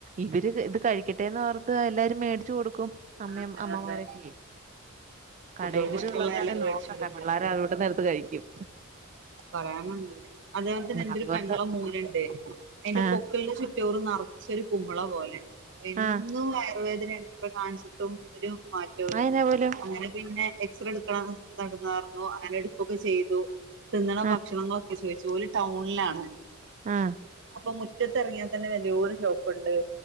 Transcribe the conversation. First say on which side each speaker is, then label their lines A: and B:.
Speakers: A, on the right (about 35°); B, on the right (about 60°).
A: ഇവര് ഇത് കഴിക്കട്ടെന്ന് ഓർത്ത് എല്ലാരും മേടിച്ചു കൊടുക്കും അമ്മയും
B: അതെ
A: അമ്മമാരൊക്കെ
B: അതെ ഉം
A: കടയും
B: കുട്ടികൾക്ക്
A: കൂടി
B: ഇഷ്ടമുള്ള
A: ഉള്ളവരാണെങ്കി
B: എല്ലാം
A: നോക്കണ്ട.
B: മേടിച്ചു കൊടുക്കുക
A: പിള്ളേർ അവിടെന്ന്ടുത്ത് കഴിക്കും.
B: പറയാനാ അതേപോലെത്തെ
A: ഉം,
B: എൻ്റെരു
A: അതുകൊണ്ട്
B: പെങ്ങളെ മോന്ണ്ട്. അയ്ന്റെ
A: ആഹ്
B: പൊക്ക്ളിന്റെ ചു റ്റോറ് നർച്ചൊരു കുമള പോലെ അ എന്നും
A: ആഹ്
B: വയർവേദനാണ്. എത്ര കാണിച്ചിട്ടും ഒരു മാറ്റോല്ല.
A: അതെന്നാ പോലും
B: അങ്ങനെ പിന്നെ എക്സറേ എട് ക്കണോ നട്ന്നാര്ന്നു. അങ്ങനെ ഇട്ക്കൊക്കെ ചെയ്തു. തിന്നണ
A: ആഹ്
B: ഭക്ഷണങ്ങളൊ ക്കെ ചോയ്ച്ചു. ഓല് ടൗൺലാണ്.
A: ആഹ്
B: അപ്പൊ മുറ്റത്തെർങ്ങിയാ തന്നെ വല്ല്യാരു ഷോപ്പ്ണ്ട്.